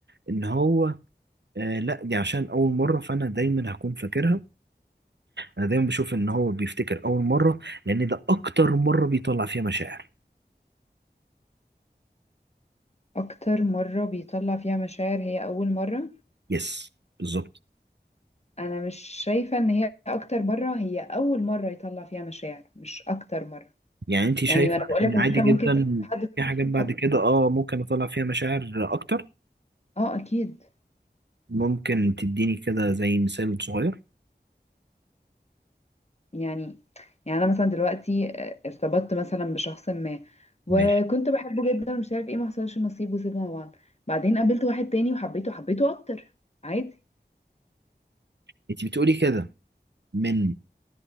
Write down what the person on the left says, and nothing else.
أكتر مرة بيطلع فيها مشاعر هي أول مرة
انا مش شايفه ان هي اكتر مره هي اول مره يطلع فيها مشاعر مش اكتر مره
يعني ما انا بقول
لك ان
انت ممكن
تحب حد تاني
أك...
اه اكيد
يعني يعني انا مثلا دلوقتي آه، ارتبطت مثلا بشخص ما وكنت
بحبه جدا ومش عارف ايه ما حصلش نصيب وسيبنا بعض بعدين قابلت واحد تاني وحبيته حبيته اكتر عادي